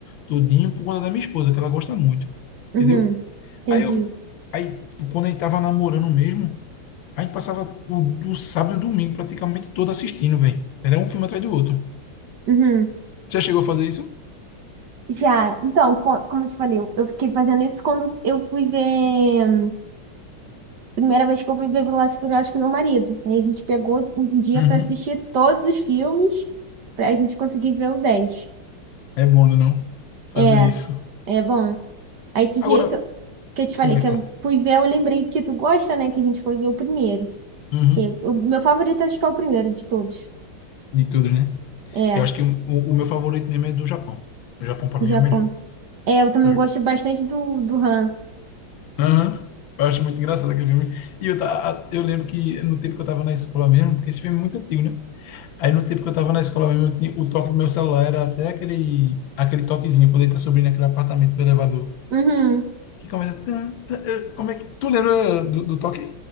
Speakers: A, on the left; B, on the right.
A: tudinho, por conta da minha esposa, que ela gosta muito. Entendeu?
B: uhum, entendi.
A: Aí eu aí quando a gente tava namorando mesmo, a gente passava o, do sábado e domingo praticamente todo assistindo, velho. Era um filme atrás do outro.
B: Uhum.
A: Já chegou a fazer isso?
B: Já, então, co- como eu te falei, eu eu fiquei fazendo isso quando eu fui ver. Primeira vez que eu fui ver Velozes e Furiosos com meu marido. Aí a gente pegou um dia
A: Uhum.
B: pra assistir todos os filmes pra gente conseguir ver o dez
A: É bom, né, não? Fazer
B: É,
A: isso.
B: é bom. Aí esse
A: Agora,
B: dia que eu, que eu te
A: sim,
B: falei
A: vai
B: que
A: falar.
B: eu fui ver, eu lembrei que tu gosta, né? Que a gente foi ver o primeiro.
A: Uhum.
B: Que o meu favorito acho que é o primeiro de todos.
A: De tudo, né?
B: É,
A: Eu acho que o, o meu favorito mesmo é do Japão. O Japão, pra
B: Japão.
A: mim, é o melhor.
B: É, eu também
A: Eu,
B: gosto bastante do, do Han.
A: Aham. Eu acho muito engraçado aquele filme. E eu, tá, eu lembro que no tempo que eu tava na escola mesmo, porque esse filme é muito antigo, né? Aí no tempo que eu tava na escola mesmo, eu tinha- o toque do meu celular era até aquele, aquele toquezinho, quando ele tá subindo aquele apartamento do elevador.
B: Uhum.
A: Que começa. tan, tan, eh, Como é que. Tu lembra do, do toque?